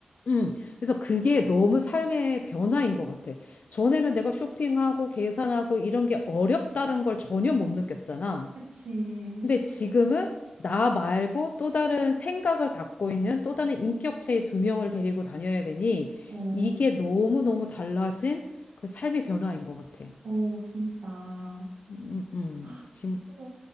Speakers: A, on the left; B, on the right.
A: 음, 그래서 그게 너무 삶의 변화인 것 같아. 전에는 내가 쇼핑하고 계산하고 이런 게 어렵다는 걸 전혀 못 느꼈잖아.
B: 그치.
A: 근데 지금은 나 말고 또 다른 생각을 갖고 있는 또 다른 인격체의 두 명을 데리고 다녀야 되니
B: 어,
A: 이게 너무너무 달라진 그 삶의 변화인 것 같아.
B: 어, 진짜.
A: 음, 음.
B: 아,
A: 지금
B: 그래서,